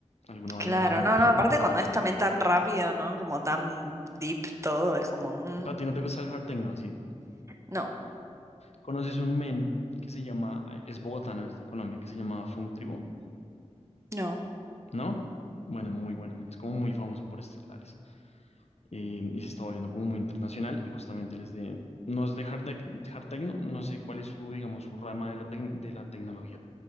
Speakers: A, on the left; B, on the right.
A: alguna vaina
B: Claro,
A: rara me,
B: no,
A: <laughs> pa-
B: no, aparte
A: me pasaría.
B: cuando es también tan rápido, ¿no? Como tan deep todo, es como, mm,
A: ¿Para ti no te gusta el hard techno? así
B: no,
A: ¿Conoces un men que se llama, es bogotano, es de Colombia, que se llama Funk Tribu?
B: no,
A: ¿No? Bueno, muy bueno, es como muy famoso por estos lares. eh, y se está volviendo como muy internacional y justamente les de, no es de hard, tec- hard techno, no sé cuál es su, digamos, su rama de la, tec- de la tecnología,